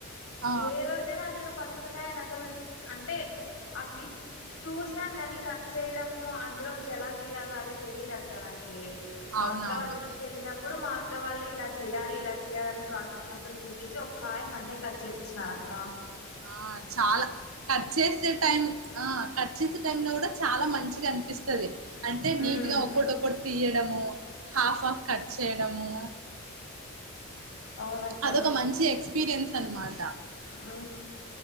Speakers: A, on the right; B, on the left.
A: ఆ
B: ఏ రోజైన నేను పనసకాయని అసలు అంటే అవి చూసినాను కానీ కట్ చేయడము అందులోంచి ఎలా తియల అది తెలీదు అక్క నాకి మా
A: అవునవును
B: అక్క వాళ్ళ ఇంటికి వెళ్ళినప్పుడు మాక్ క్క వాళ్ళే ఇలా చేయ్యాలి ఇలా చేయ్యాలి అని ప్రాసెస్ మొత్తం చూపించి ఒక్కాయన నన్నే కట్ చేయ్పిచ్చినారక్క
A: ఆ చాలా కట్ చేసే టైం ఆ కట్ చేసే టైమ్ లో కూడా చాలా మంచి కనిపిస్తది అంటే
B: ఉమ్
A: నీట్గా ఒకటొక్కటి తీయడము హాఫ్ ఆఫ్ కట్ చేయడము
B: అవునక్క
A: అదొక మంచి ఎక్స్పీరియన్స్ అనమాట
B: ఆ...